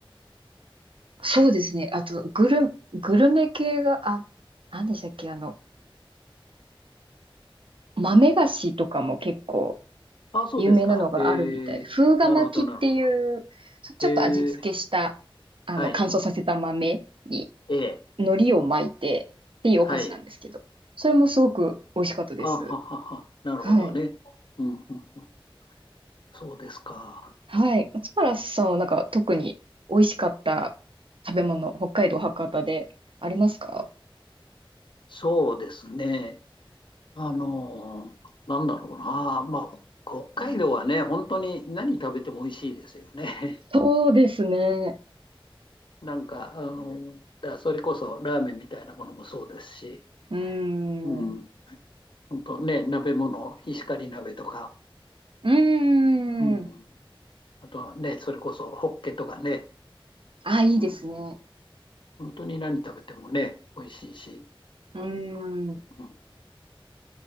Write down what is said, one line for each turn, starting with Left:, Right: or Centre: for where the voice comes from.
Right: そうですね。あと、グル、グルメ系が、あ、何でしたっけ、あの、豆菓子とかも結構
Left: あ、そうですか。
Right: 有名なのがあるみたいで、
Left: ええ、
Right: 風が巻きっていう、
Left: なるほど、なるほど。
Right: そちょっと味付けした、
Left: ええ、
Right: あの、
Left: はい。
Right: 乾燥させた豆に
Left: ええ、
Right: 海苔を巻いてっていうお菓子なんですけど、
Left: はい。
Right: それもすごく美味しかったです。
Left: あ、ははは。なるほどね。
Right: はい。
Left: うん、うん。そうですか。
Right: はい。松原さんはなんか特に美味しかった食べ物、北海道博多でありますか
Left: そうですね。あのーなんだろうな。まあ、北海道はね、本当に何食べても美味しいですよね。
Right: そうですね。
Left: <laughs> なんか、あのーだからそれこそラーメンみたいなものもそうですし、
Right: うーん。
Left: うん、
Right: う
Left: 本当ね、鍋物、石狩鍋とか、
Right: ー
Left: うん、
Right: ん。
Left: あとはね、それこそホッケとかね、
Right: あ、いいですね。
Left: うん、本当に何食べてもね、美味しいし、
Right: うーん。
Left: うん、